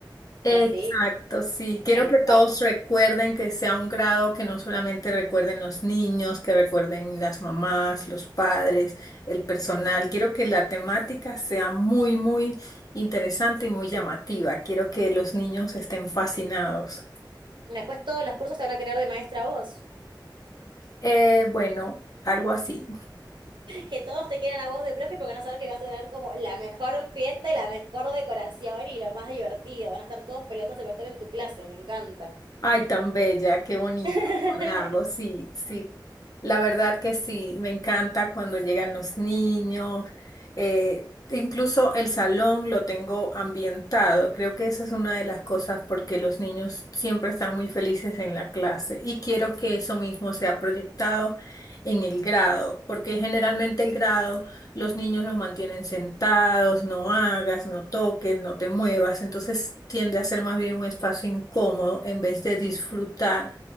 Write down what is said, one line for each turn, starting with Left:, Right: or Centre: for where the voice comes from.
Left: Exacto,
Right: así.
Left: sí. Quiero
Right: Me encanta.
Left: que todos recuerden que sea un grado que no solamente recuerden los niños, que recuerden las mamás, los padres, el personal. Quiero que la temática sea muy, muy interesante y muy llamativa. Quiero que los niños estén fascinados.
Right: Después todos los cursos te van a querer de maestra a vos.
Left: Eh, bueno, algo así.
Right: Que todos te quieran a vos de profe porque van a saber que vas a tener como la mejor fiesta y la mejor decoración y lo más divertido. Van a estar todos peleándose por estar en tu clase, me encanta.
Left: Ay, tan bella, qué bonito
Right: <laughs>
Left: lago, sí, sí. La verdad que sí, me encanta cuando llegan los niños. eh, incluso el salón lo tengo ambientado. Creo que esa es una de las cosas porque los niños siempre están muy felices en la clase y quiero que eso mismo sea proyectado en el grado, porque generalmente el grado... Los niños los mantienen sentados, no hagas, no toques, no te muevas. Entonces tiende a ser más bien un espacio incómodo en vez de disfrutar